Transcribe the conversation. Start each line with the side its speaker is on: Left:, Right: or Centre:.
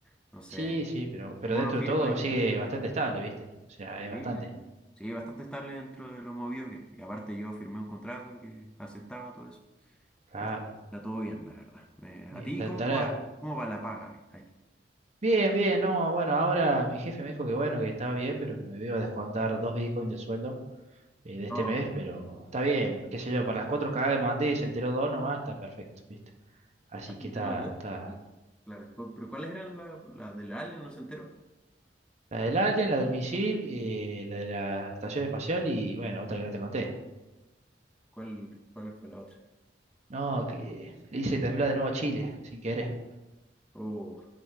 Centre: Entonces,
Right: Sí, sí, pero, pero
Centre: si uno
Right: dentro de
Centre: firma
Right: todo
Centre: y...
Right: sigue bastante estable, ¿viste? O sea, es
Centre: Sí,
Right: bastante.
Centre: sí, sí. Sí, bastante estable dentro de lo movido que es. Y aparte yo firmé un contrato que aceptaba todo eso.
Right: Claro.
Centre: Así que está todo bien, la verdad. Me- ¿a
Right: Y
Centre: ti
Right: ta-
Centre: cómo
Right: tará.
Centre: va, cómo va la paga ahí? ahí?
Right: Bien, bien, no, bueno, ahora mi jefe me dijo que bueno, que estaba bien, pero que me iba a descontar dos Bitcoin del sueldo. eh, de este
Centre: No,
Right: mes, pero está bien, qué sé yo, para las cuatro cagadas que mandé y se enteró dos nomás, está perfecto, ¿viste? Así
Centre: ah,
Right: que
Centre: se enteró
Right: está,
Centre: de todo.
Right: está
Centre: Claro, cu- pero ¿cuáles eran las la del Alien? No se enteró.
Right: la del alien, la del misil, eh, la de la estación espacial y bueno, otra que no te conté.
Centre: ¿Cuál, cuál fue la otra?
Right: No, que le hice temblar de nuevo a Chile, sin querer.
Centre: Oh,